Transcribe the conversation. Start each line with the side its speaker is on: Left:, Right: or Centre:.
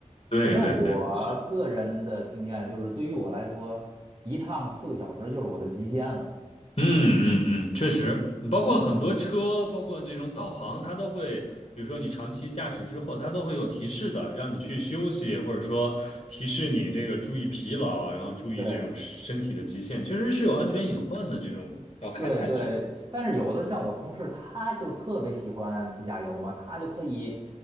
Left: 对对对，
Right: 反正我个人的经验就是，
Left: 是。
Right: 对于我来说，一趟四个小时就是我的极限了。
Left: 嗯嗯嗯，确实，包括很多车，
Right: 嗯，
Left: 包括这种导航，它都会，比如说你长期驾驶之后，它都会有提示的，让你去休息，或者说提示你这个注意疲劳，然后注意这种身体的极限，
Right: 对。
Left: 确实是有安全隐患的。这种要开太久，
Right: 对对，但是有的像我同事，他就特别喜欢自驾游嘛，他就可以